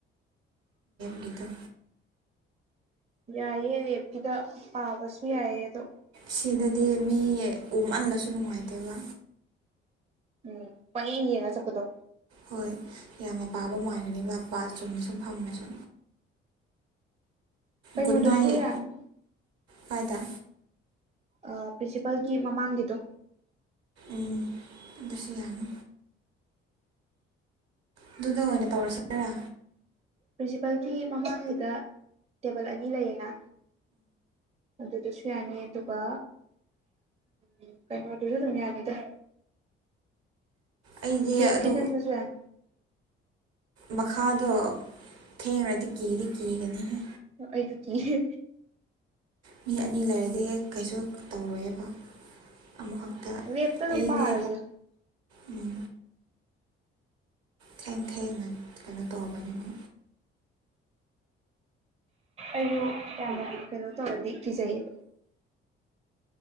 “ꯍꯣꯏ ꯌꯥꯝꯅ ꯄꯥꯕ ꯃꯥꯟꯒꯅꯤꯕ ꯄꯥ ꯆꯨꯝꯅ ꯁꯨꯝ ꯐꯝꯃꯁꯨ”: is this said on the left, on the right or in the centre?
Right